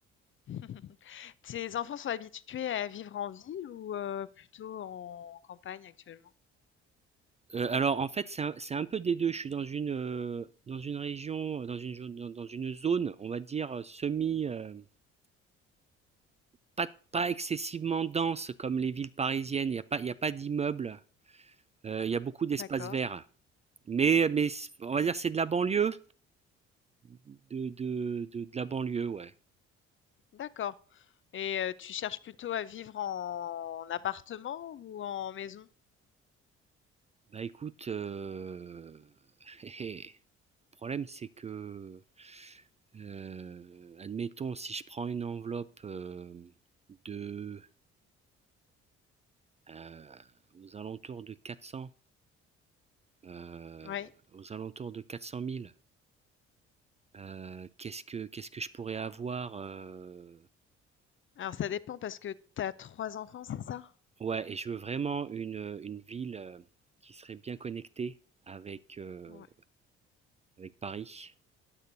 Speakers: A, on the left; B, on the right.
A: <laughs> Tes enfants sont habitués à vivre en ville ou euh, plutôt en campagne actuellement?
B: Heu, alors en fait, c'est un c'est un peu des 2. Je suis dans une, heu, dans une région, heu, dans une jaune dans dans une zone, on va dire, heu, semi, hem, pas pas excessivement dense comme les villes parisiennes. Il y a pas il y a pas d'immeubles, heu, il y a beaucoup d'espaces
A: D'accord,
B: verts. Mais mais c on va dire, c'est de la banlieue, de de de de la banlieue, ouais.
A: d'accord. Et euh, tu cherches plutôt à vivre en, en appartement ou en maison?
B: Bah, écoute, heu, <laughs> le problème, c'est que, heu, admettons, si je prends une enveloppe, hem, de euh, aux alentours de 400, euh,
A: Oui.
B: aux alentours de 400 000. Euh, qu'est-ce que qu'est-ce que je pourrais avoir euh,
A: Alors ça dépend parce que tu as trois enfants, c'est ça?
B: Ouais, et je veux vraiment une, une ville euh, qui serait bien connectée avec euh,
A: Ouais.
B: avec Paris